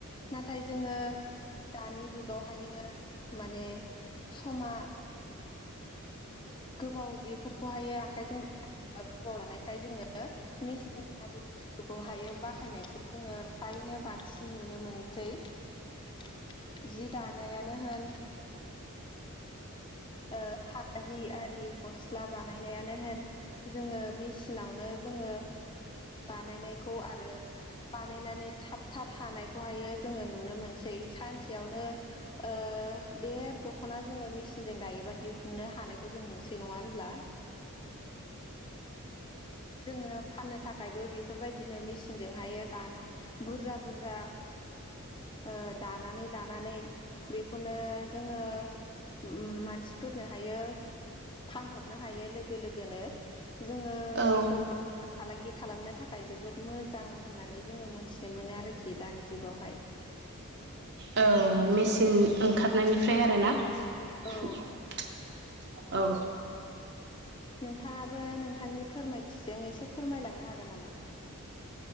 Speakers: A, on the left; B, on the right.
A: नाथाय जोङो दानि जुगावहायो माने समा गोबाव बेफोरखौ हायो आखाइजों गोबाव लानायखाय जोङो मेसिनारि बुस्थुखौहायो बाहायनायखौ जोङो फ्राय नो बांसिन नुनो मोनसै । जि दानायानो होन ओ फालि आरि गस्ला बानायनायानो होन जोङो मेसिनावनो जोङो बानायनायखौ आरो बानायनानै थाब थाब हानायखौहायो जोङो नुनो मोनसै । सानसेआवनो ओ देर दखना जोङो मेसि जों दायोबा दिहुननो हानायखौ जों नुसै नङा होनब्ला? जोङो फाननो थाखायबो बेफोरबायदिनो मेचनजोंहायो दान बुरजा बुरजा ओ दानानै लानानै बेखौनो जोङो उम मानसिफोरनो हायो फानहरनो हायो लोगो लोगोनो जोङो
B: औ
A: बेफार फालांगि खालामनो थाखाय जोबोद मोजां होननानै जोङो मोनथिनो मोनो आरोखि दानि जुगावहाय ।
B: औ मेचिन ओंखारनायनिफ्राय आरो ना ।
A: औ
B: औ
A: नोंथाङाबो नोंथांनि फोरमायथिजों एसे फोरमायलांनो हागोन नामा?